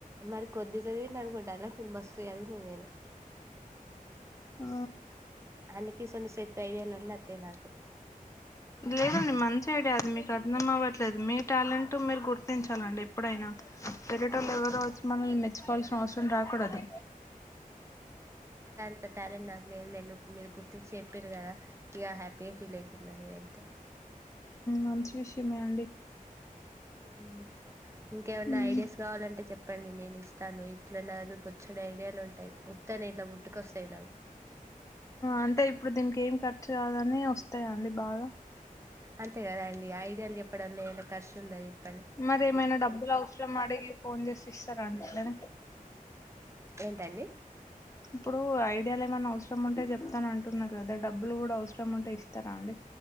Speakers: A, on the right (about 20°); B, on the left (about 20°).
A: మరి కొద్దిగా సదువిండ్రు అనుకుంటాండ్ర నేను మస్తు సదివిన్ను నేను
B: ఆ
A: అందుకె ఇసువంటి సెత్తు ఐడియాలు అన్ని అత్తయి నాకు
B: లేదండి మంచి ఐడియా అది మీకు అర్థం అవ్వట్లేదు మీ టాలెంట్ మీరు గుర్తించాలండి ఎప్పుడైనా వేరేటోళ్ళు ఎవరో మనల్ని మెచ్చుకోవాల్సిన అవసరం రాకూడదు
A: ఇంత టాలెంట్ నాకు లేదు లెండి ఇప్పుడు మీరు గుర్తు చెప్పిర్రు కదా ఇక హ్యాపీగా ఫీల్ అయితున్న నేనైతే
B: మంచి విషయమే అండి
A: హ ఇంకేమైన్నా
B: ఉమ్
A: ఐడియాస్ కావాలంటే చెప్ప చెప్పండి నేను ఇస్తాను ఇట్లా నా దగ్గరకి బోచ్చడు ఐడియాలు ఉంటాయి ఉత్తని ఇట్లా పట్టుకొస్తాయి నాకు
B: అంటే ఇప్పుడు దీనికి ఏం ఖర్చు కాదని వస్తాయ అండి బాగా
A: అంతే కదా అండి ఐడియాలు చెప్పడేనా ఖర్చు ఉంద చె
B: మరి ఏమైనా డబ్బులు అవసరం అడిగి ఫోన్ చేసి ఇస్తారా అండి ఇట్లనే
A: ఏంటండి
B: ఇప్పుడు ఐడియాలు ఏమైనా అవసరం ఉంటే చెప్తానండి అంటున్నారు కదా డబ్బులు కూడా అవసరం ఉంటే ఇస్తారా అండి